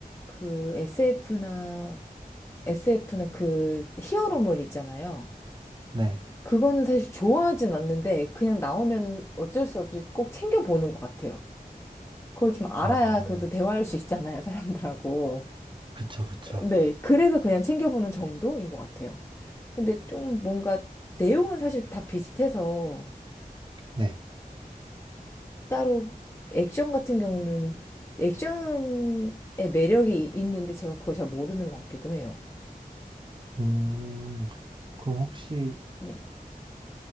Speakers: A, on the left; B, on the right.
A: 그 SF나, SF나 그 히어로물 있잖아요.
B: 네,
A: 그거는 사실 좋아하진 않는데 그냥 나오면 어쩔 수 없이 꼭 챙겨보는 것 같아요. 그걸 좀 알아야
B: 어,
A: 그래도 대화할 수 있잖아요, 사람들하고.
B: 그쵸, 그쵸,
A: 네, 그래서 그냥 챙겨보는 정도인 것 같아요. 근데 좀 뭔가 내용은 사실 다 비슷해서
B: 네.
A: 따로 액션 같은 경우는 액션의 매력이 있는데 제가 그걸 잘 모르는 것 같기도 해요.
B: 음, 그럼 혹시
A: 네.